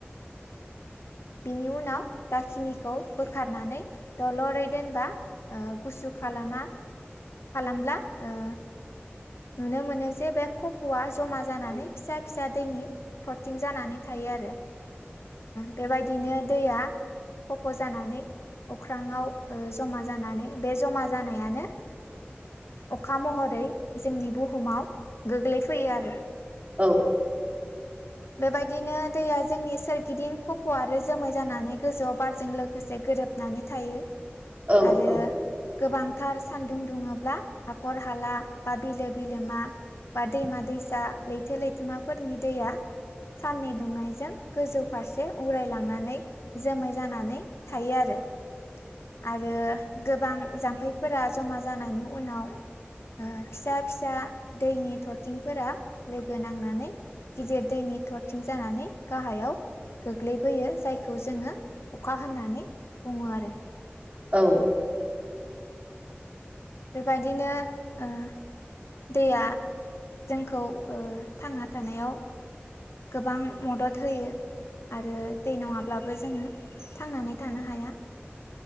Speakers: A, on the left; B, on the right.
A: बिनि उनाव दाखिनिखौ बोखारनानै दलरै दोनबा गुसु खालामा खालामब्ला ओ नुनो मोनो जे बे खफ'आ जमा जानानै फिसा फिसा दैनि थरथिं जानानै थायो। आरो बेबायदिनो दैया खफ' जानानै अख्राङाव जमा जानानै बे जमा जानायानो अखा महरै जोंनि बुहुमाव गोग्लैफैयो आरो
B: औ
A: बेबायदिनो दैया जोंनि सोरगिदिं खफ' आरो जोमै जानानै गोजौआव बारजों लोगोसे गोरोबनानै थायो।
B: औ
A: आरो गोबांथार सान्दुं दुङोब्ला हाखर हाला बा बिलो बिलोमा बा दैमा दैसा लैथो लैथोमाफोरनि दैया साननि दुंनायजों गोजौ फारसे उरायलांनानै जोमै जानानै थायो आरो आरो गोबां जाम्फैफोरा जमा जानायनि उनाव फिसा फिसा दैनि थरथिंफोरा लोगो नांनानै गिदिर दैनि थरथिं जानानै गाहायाव गोग्लैबोयो जायखौ जोङो अखा होननानै बुङो आरो
B: औ
A: बेबायदिनो ओ दैया जोंखौ थांना थानायाव गोबां मदद होयो। आरो दै नङाब्लाबो जोङो थांनानै थानो हाया।